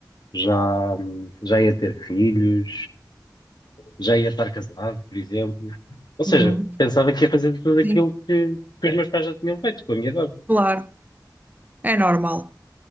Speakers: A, on the left; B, on the right.
A: já, já ia ter filhos, já ia estar casado, por exemplo. Ou seja,
B: Uhum.
A: pensava que ia fazer tudo aquilo
B: Sim,
A: que, que os meus pais já tinham feito com a minha idade.
B: claro. É normal.